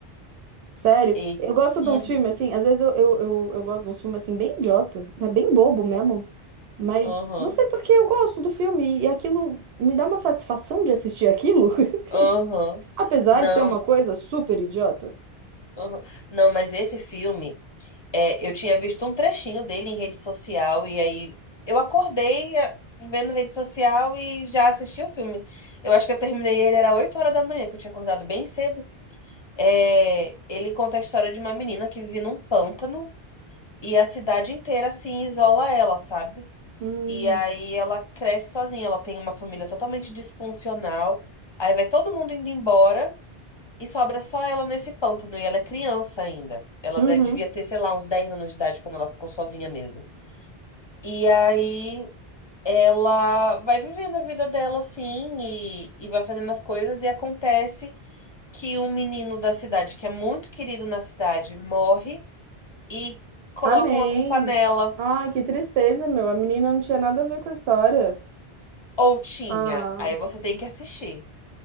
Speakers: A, on the right; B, on the left.
A: Sério,
B: Ei.
A: eu gosto de
B: Uhum.
A: uns filmes assim, às vezes eu, eu, eu, eu gosto de uns filmes assim, bem idiota, é bem bobo mesmo, mas
B: Uhum.
A: não sei por que eu gosto do filme e aquilo me dá uma satisfação de assistir aquilo,
B: Uhum.
A: <laughs> apesar
B: Não.
A: de ser uma coisa super idiota.
B: Uhum. Não, mas esse filme... É, eu tinha visto um trechinho dele em rede social e aí eu acordei é, vendo rede social e já assisti o filme. Eu acho que eu terminei ele era 8 horas da manhã, que eu tinha acordado bem cedo. É, ele conta a história de uma menina que vive num pântano e a cidade inteira assim isola ela, sabe?
A: Hum.
B: E aí ela cresce sozinha, ela tem uma família totalmente disfuncional. Aí vai todo mundo indo embora. E sobra só ela nesse pântano, e ela é criança ainda. Ela
A: Uhum.
B: de- devia ter, sei lá, uns 10 anos de idade quando ela ficou sozinha mesmo. E aí ela vai vivendo a vida dela assim, e, e vai fazendo as coisas, e acontece que um menino da cidade, que é muito querido na cidade, morre e colocam
A: Ah, nem.
B: a culpa nela.
A: Ai, que tristeza, meu. A menina não tinha nada a ver com a história.
B: Ou tinha.
A: Ah,
B: Aí você tem que assistir.